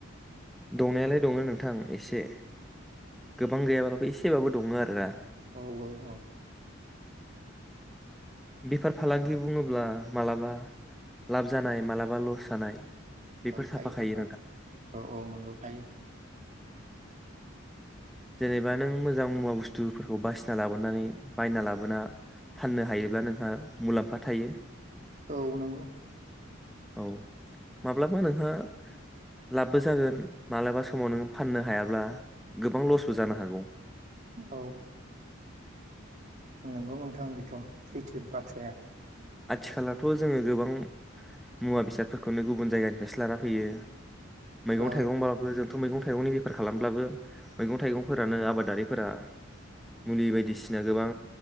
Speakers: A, in the centre; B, on the right (about 40°).
A: दंनायालाय दङ नोंथां एसे गोबां गैयाब्लाो एसेबाबो दङ आरो ना
B: औ औ
A: बेफार फालांगि बुङोब्ला मालाबा लाब जानाय मालाबा लस जानाय बेफोर
B: औ
A: थाफाखायो
B: थायो नोंथां औ औ नंगौ थायो
A: जेनेबा नों मोजां मुवा बुस्थुफोरखौ बासिना लाबोनानै बायना लाबोना फाननो हायोब्ला नोंहा मुलाम्फा थायो
B: औ नंगौ
A: औ माब्लाबा नोंहा लाब बो जागोन मालाबा समाव नोङो फाननो हायाब्ला गोबां लसबो जानो हागौ।
B: औ नंगौ नोंथां बेथ सैथो बाथ्राया
A: आथिखालाथ' जोङो गोबां मुवा बेसादफोरखौनो गुबुन जायगानिफ्रायसो लाना फैयो मैगं
B: औ
A: थाइगंबाबो जों मैगं थाइगंनि बेफार खालामब्लाबो मैगं थाइगंफोरानो आबादारिफोरा मुलि बायदिसिना गोबां